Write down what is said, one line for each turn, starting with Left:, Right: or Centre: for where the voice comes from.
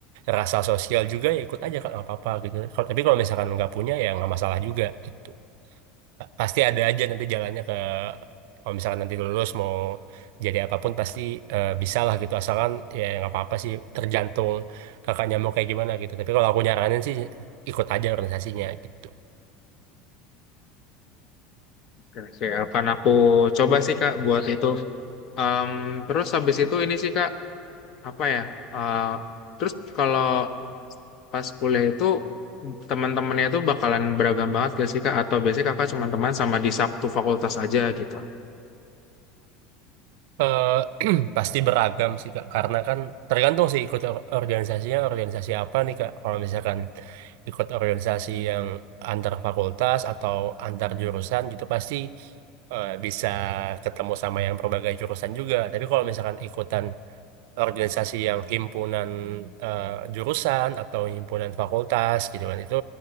Right: rasa sosial juga ya ikut aja kan nggak apa-apa gitu Kalau- tapi kalau misalkan nggak punya ya nggak masalah juga gitu Pa- pasti ada aja nanti jalannya ke kalau misalkan nanti lulus mau jadi apapun pasti eh, bisa lah gitu asalkan ya nggak apa-apa sih tergantung kakaknya mau kayak gimana gitu tapi kalau aku nyaranin sih ikut aja organisasinya gitu
Left: Oke, akan aku coba sih Kak buat itu. Em, terus habis itu ini sih Kak, apa ya? Eh, terus kalau pas kuliah itu teman-temannya itu bakalan beragam banget gak sih Kak? Atau biasanya Kakak cuma teman sama di satu fakultas aja gitu?
Right: Eh, <clears throat> pasti beragam sih kak karena kan tergantung sih ikut or- organisasinya organisasi apa nih kak kalau misalkan ikut organisasi yang antar fakultas atau antar jurusan gitu pasti eh, bisa ketemu sama yang berbagai jurusan juga tapi kalau misalkan ikutan organisasi yang himpunan eh, jurusan atau himpunan fakultas gitu kan itu